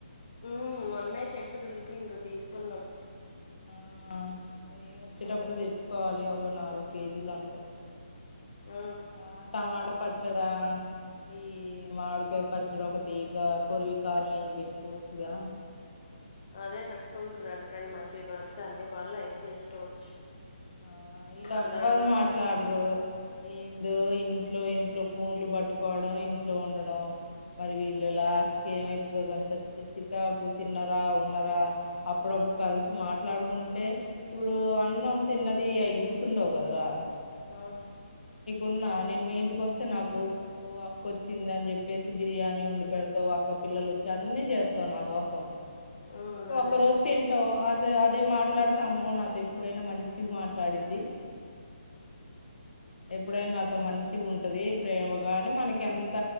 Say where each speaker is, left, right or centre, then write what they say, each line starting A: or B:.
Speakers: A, on the left; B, on the left.
A: ఉమ్ మొన్నే చెట్టు దులిపిండు తీసుకున్నాం.
B: ఆ నేను వచ్చేటప్పుడు
A: ఉమ్
B: తెచ్చుకోవాలి ఒక నాలుగు కేజీలు అనుకుంటాను.
A: ఆ
B: ఆ టమాట పచ్చడా ఈ మాడుకాయ పచ్చడొ ఒకటిటీకా కుర్వ కార్మ బట్ కోచ్గా
A: అదే పెట్టుకుందురూ రెండు రెండు మంచివి కూడా వస్తే అన్ని పనులు అయితే చేసుకోవచ్చు.
B: ఆ ఇడ
A: అందరు
B: ఎవ్వరు
A: ఉంట్రు
B: మాట్లాడరు ఏందో ఇంట్లో ఇంట్లో ఇంట్లో ఫోన్లు పట్టుకోవడం ఇంట్లో ఉండడం మరి వీళ్ళు
A: ఉమ్
B: లాస్ట్ క ఏమైతుందో కనిస చికాకు తిన్నరా ఉన్నరా అప్పుడప్పుడు కలిసి మాట్లాడుకుంటే ఇప్పుడు అన్నము తిన్నది అయి గుర్తుండవు కదరా
A: ఆ
B: ఉన్నా నేను మీ ఇంటికి వస్తే నాకు ఓ అక్క వచ్చింది అని చెప్పేసి బిర్యానీ వండి పెడతావు అక్క పిల్లలు వచ్చ జర్ని చేస్తావు నా కోసం
A: ఉమ్ అదే
B: ఒక రోజు తింటావు అస అదే మాట్లాడు తమ్మో నాతో ఎప్పుడైనా మంచిగ్ మాట్లా ఆడిద్ది ఎప్పుడైనా నాతో మంచిగా ఉంటది ప్రేమ గాని మనకి ఎంత